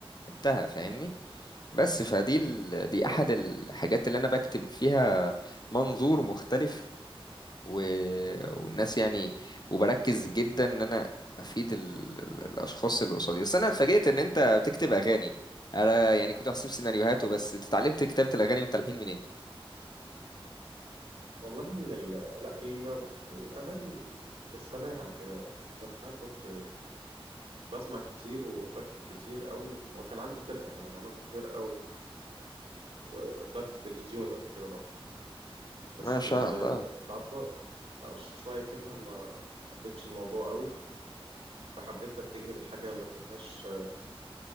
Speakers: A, on the left; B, on the right.
A: انتهى فاهمني بس فدي ال... دي
B: طبعا
A: احد الحاجات اللي انا بكتب فيها منظور مختلف و... والناس يعني وبركز جدا ان انا افيد ال... ال- الاشخاص اللي قصادي بس انا اتفاجئت ان انت بتكتب اغاني انا يعني كنت بحسب سيناريوهات وبس انت اتعلمت كتابة الاغاني والتلحين منين
B: والله ان ال... لا ال... الاغاني بالسماع كده زمان كنت بسمع كتير وبكتب كتير قوي وكان عندي فرقه كمان عملت فرقه و... وطلعت في التلفزيون قبل كده مره بس
A: ما شاء
B: آه،
A: الله
B: بعد شويه يعني شويه كده ما حبيتش الموضوع قوي فحبيت اتجه لحاجه ما فيهاش